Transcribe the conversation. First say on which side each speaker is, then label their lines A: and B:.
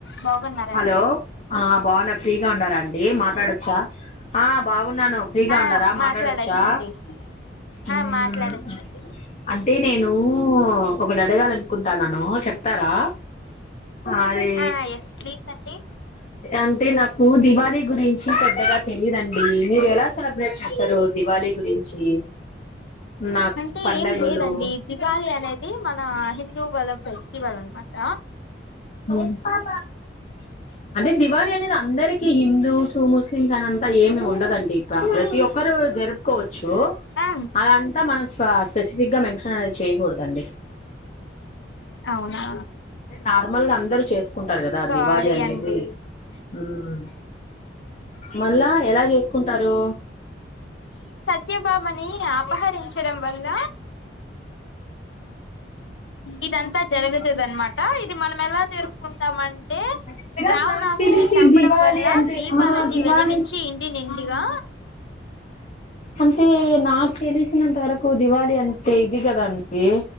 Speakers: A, on the left; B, on the left.
A: బాగున్నారాండి
B: Hello బాగున్న ఫ్రీగా ఉన్నారా అండి మాట్లాడొచ్చా బాగున్నాను ఫ్రీగా
A: ఆ
B: ఉండారా మాట్లాడొచ్చా
A: మాట్లాడొచ్చండి
B: ఉ
A: ఆ మాట్లాడొచ్చండి
B: అంటే నేను ఒకటి అడగాల అనుకుంటాన్నాను వస్తారా అదే
A: ఆ ఎస్ ప్లీజ్ అండి
B: అంటే నాకు దివళి గురించి పెద్దగా తెలీదండి మీరు ఎలా సెలబ్రేట్ చేస్తారు దివాళి గురించి నాకు
A: అంటే
B: పండగలు
A: ఏం లేదండి దివాళి అనేది మన హిందూ ఇవాళ ఫెస్టివల్ అన్న మాట
B: మ్ అంటే దివాళి అనేది అందరికి హిందూస్, ముస్లిమ్స్, అనేంతా ఏమి ఉండదండి, ఇక్క ప్రతి ఒక్కరు జరుపుకోవచ్చు,
A: ఆ
B: అదంతా మనం స్పెసిఫిక్ గా మెన్షన్ అనేది చేయకూడదండి.
A: అవునా
B: నార్మల్ అందరు చెస్ కుంటారు కదా
A: సారీ
B: దివాళి అనేది
A: అండి
B: మ్ మళ్ళా ఎలా చేసుకుంటారు
A: కే బాబని అపహరించడం వల్ల ఇదంతా జరుగతది అనమాట ఇది మనం ఎలా జరుపుకుంటామంటే
B: యాక్చువల్ గా
A: రావణాసురున్ని
B: నాకు తెలిసి
A: చంపడం
B: దివాళి
A: వల్ల
B: అంటే
A: దీపాలన్నీ
B: ఆ దివాళి
A: వెలిగించ నే నిండిగా
B: అంటే నాకు తెలిసినంత వరకు దివాళి అంటే ఇది కధ అండి